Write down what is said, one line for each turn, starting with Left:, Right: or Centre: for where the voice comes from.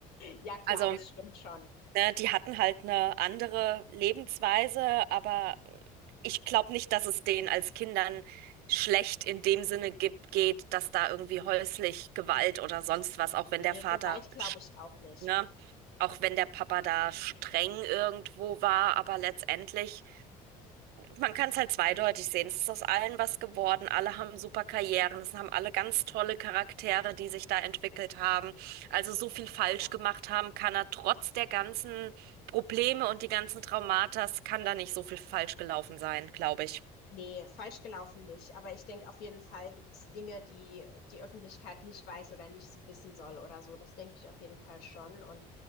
Left: ja, klar,
Right: Also
Left: das stimmt schon.
Right: Ne, die hatten halt eine andere Lebensweise, aber ich glaube nicht, dass es denen als Kindern schlecht in dem Sinne gibt, geht, dass da irgendwie häuslich Gewalt oder sonst was, auch wenn
Left: Nee,
Right: der Vater,
Left: Gewalt glaube
Right: sch-
Left: ich auch nicht.
Right: ne, auch wenn der Papa da streng irgendwo war, aber letztendlich man kann es halt zweideutig sehen. Es ist aus allen was geworden. Alle haben super Karrieren. Es haben alle ganz tolle Charaktere, die sich da entwickelt haben. Also so viel falsch
Left: Ja,
Right: gemacht haben kann er trotz der ganzen Probleme und die ganzen Traumatas, kann da nicht so viel falsch gelaufen sein, glaube ich.
Left: nee, falsch gelaufen nicht. Aber ich denke, auf jeden Fall gibt es Dinge, die die Öffentlichkeit nicht weiß oder nicht so wissen soll oder so. Das denke ich auf jeden Fall schon. Und